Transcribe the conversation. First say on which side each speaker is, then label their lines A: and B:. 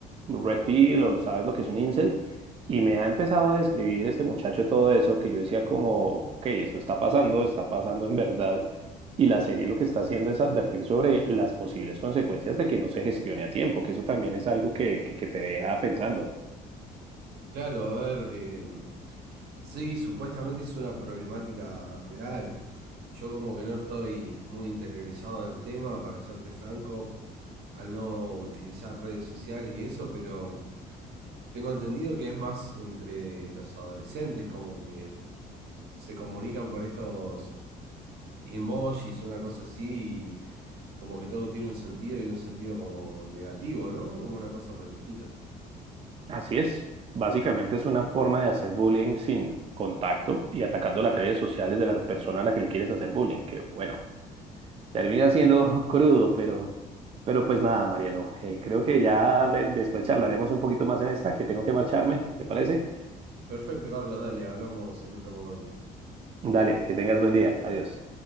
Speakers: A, on the right (about 35°); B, on the right (about 70°).
A: Red Pill o sabes lo que es un incel. Y me ha empezado a describir este muchacho todo eso que yo decía como, ok, esto está pasando, está pasando en verdad. Y la serie lo que está haciendo es advertir sobre las posibles consecuencias de que no se gestione a tiempo, que eso también es algo que, que, que te deja pensando.
B: Claro, a ver, eh, sí, supuestamente es una problemática real. Yo como que no estoy muy interiorizado en el tema, para serte franco, al no utilizar redes sociales y eso, pero tengo entendido que es más entre los adolescentes, como que se comunican por estos emojis, una cosa así, y como que todo tiene un sentido y un sentido como negativo, ¿no? Como una cosa por el estilo.
A: Así es. Básicamente es una forma de hacer bullying sin contacto y atacando las redes sociales de la persona a la que le quieres hacer bullying, que bueno, Termina siendo <laughs> crudo, pero, pero pues nada, Mariano, eh, creo que ya de- después charlaremos un poquito más en esta, que tengo que marcharme, ¿te parece?
B: Perfecto, Carlos, dale, hablamos en otro momento.
A: Dale, que tengas buen día. Adiós.